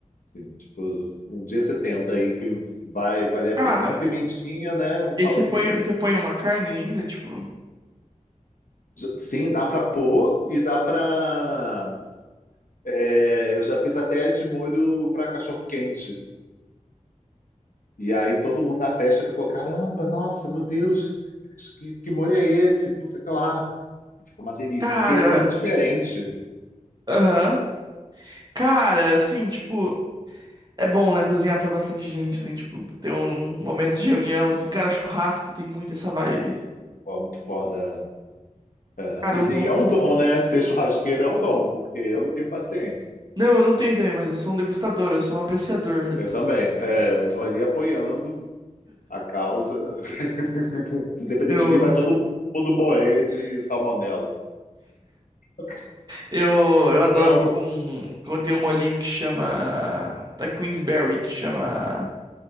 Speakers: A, on the left; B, on the right.
A: sim tipo, um dia você tenta aí que vai valer a
B: cara.
A: pena. Aí A pimentinha, né? Um salzinho.
B: E aí você põe, você põe uma carne ainda, tipo...
A: Sim, dá para pôr e dá para. eu já fiz até de molho para cachorro quente. E aí todo mundo na festa ficou, caramba, nossa, meu Deus, que, que molho é esse? Que Não sei o que lá. E Ficou uma delícia,
B: Cara,
A: que aí fica muito diferente.
B: aham. Cara, assim, tipo... É bom, né? Cozinhar pra bastante gente, assim, tipo... Ter um momento de reunião, assim. Cara, churrasco tem muito essa vibe.
A: Pô, muito foda. É,
B: Cara,
A: E
B: um...
A: e é um
B: um-
A: dom, né? Ser churrasqueiro é um dom, porque eu não tenho paciência.
B: Não, eu não tenho também, mas eu sou um degustador, eu sou um apreciador.
A: Eu também. É, eu tô ali apoiando a causa. <laughs> Se depender
B: Eu...
A: de mim, vai todo mundo morrer de salmonela. <laughs>
B: Eu,
A: O
B: eu
A: frango.
B: adoro com, quando tem um molhinho que chama. Da Queensberry, que chama.